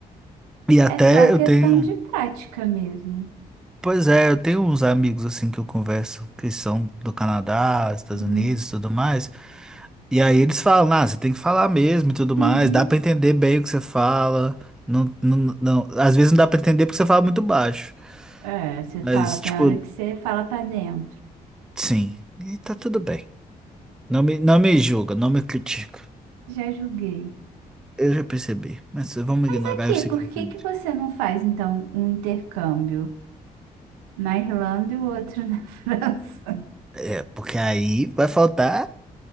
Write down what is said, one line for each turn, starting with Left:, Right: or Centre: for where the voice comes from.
Centre: E até
Right: É só questão
Centre: eu tenho.
Right: de prática mesmo.
Centre: Pois é, eu tenho uns amigos assim que eu converso, que são do Canadá, Estados
Right: Uhum.
Centre: Unidos e tudo mais. E aí eles falam, ah, você tem que falar mesmo e tudo
Right: Sim.
Centre: mais, dá pra entender bem o que você fala. Não, não, não, às vezes não dá pra entender porque você fala muito baixo.
Right: É, você
Centre: Mas,
Right: fala, tem
Centre: tipo,
Right: hora que você fala pra dentro.
Centre: sim, e tá tudo bem. Não me, não me julga, não me critica.
Right: Já julguei.
Centre: Eu já percebi, mas vamos
Right: Mas
Centre: ignorar
Right: aqui,
Centre: e seguir
Right: por
Centre: em
Right: que
Centre: frente.
Right: que você não faz então um intercâmbio na Irlanda e o outro na <laughs> França?
Centre: É, porque aí vai faltar.